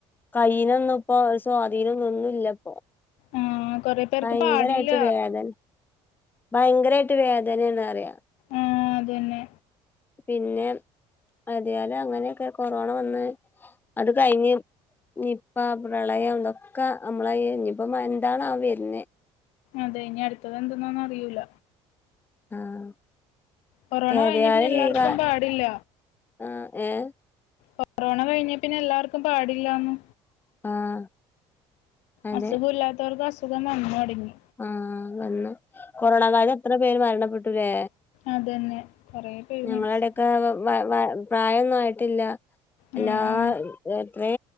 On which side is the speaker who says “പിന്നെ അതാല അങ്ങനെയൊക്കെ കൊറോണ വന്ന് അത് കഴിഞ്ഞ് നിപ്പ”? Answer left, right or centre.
Left